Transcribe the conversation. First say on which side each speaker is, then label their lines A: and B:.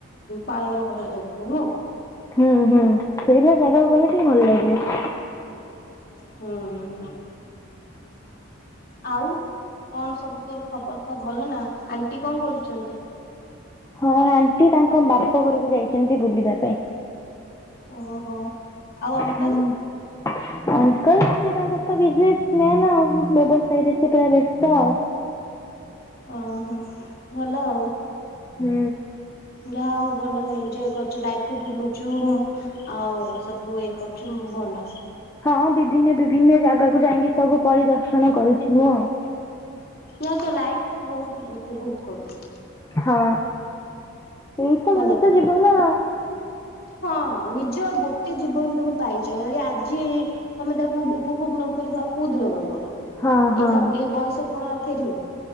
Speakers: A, on the left; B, on the left.
A: ପାଳନ କରାଯାଉଥିବ ନୁହଁ।
B: ହୁଁ ହୁଁ ସେଇଭଳିଆ ଜାଗାକୁ ଗଲେ ଟିକେ ଭଲ ଲାଗିବ।
A: ହୁଁ ଆଉ। କଣ ସବୁ ତୋର ଖବର କାହ ଭଲ ନା ଆଣ୍ଟି କଣ କରୁଛନ୍ତି?
B: ହଁ ଆଣ୍ଟି ତାଙ୍କ ବାପ ଘରକୁ ଯାଇଛନ୍ତି ବୁଲିବା ପାଇଁ।
A: ଓହୋ। ଆଉ ଅଙ୍କଲ
B: ହୁଁ। ଆଙ୍କଲ୍ ସେ ତାଙ୍କର ତ ବିଜନେସ୍ ମାନ୍ ବ୍ୟବସାୟରେ ସେ ପୁରା ବ୍ୟସ୍ତ।
A: ଓହୋ ଭଲ ଆଉ।
B: ହୁଁ।
A: ଯାହା ହଉ ଭଲ ଏଞଜୟ କରୁଚୁ ଲାଇଫ୍ କୁ ବୁଲୁଚୁ। ଆଉ ସବୁ ଇଏ କରୁଚୁ ଭଲ।
B: ହଁ ବିଭିନ୍ନ ବିଭିନ୍ନ ଜାଗାକୁ ଯାଇକି ସବୁ ପରିଦର୍ଶନ କରୁଛି ମୁଁ ଆଉ।
A: ତୁ ଆଉ ତ ଲାଇଫ୍ ତୁ ବହୁତ ଉପଭୋଗ କରୁଚୁ।
B: ହଁ ଏଇତ
A: ଭଲ
B: ମଣିଷ
A: କଥା।
B: ଜୀବନ।
A: ହଁ ହଁ ନିଜ ଗୋଟେ ଜୀବନ ତମେ ପାଇଛ ଯଦି ଆଜି ତମେ ତାକୁ ଉପଭୋଗ ନ କରିବ ଆଉ କଉ ଦିନ କରିବ
B: ହଁ ହଁ
A: ଏଇଟା ଏଇ ବୟସ କଣ ଆଉ ଫେରିବ?